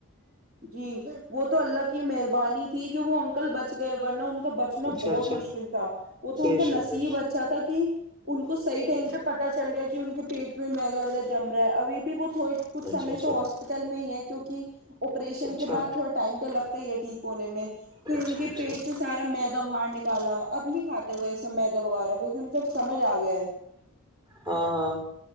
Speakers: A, on the right; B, on the right.
A: جی وہ تو اللہ کی مہربانی تھی جو وہ انکل بچ گئے تو بچنا
B: اچھا
A: بہت
B: اچھا
A: مشکل تھا وہ تو
B: بے
A: ان کے نصیب
B: شک بے شک
A: اچھا تھا کہ ان کو صحیح ٹائم پہ پتہ چل گیا کہ ان کے پیٹ میں میں ادھر ادھر جم رہا ہے ابھی بھی وہ تو کچھ
B: اچھا
A: ہمیں
B: اچھا
A: اس ہاسپٹل میں ہی ہے <unintelligible> اپریشن
B: اچھا
A: کے بعد تھوڑا ٹائم تو ٹھیک ہونے میں اور
B: اچھا
A: ان کے
B: اچھا
A: پیج سے سارا می <unintelligible> تب باہر نکالا اپنی کھاتے ہوئے سمیدہ وغیرہ ان کو سمجھ اگیا ہے
B: ہاں ہاں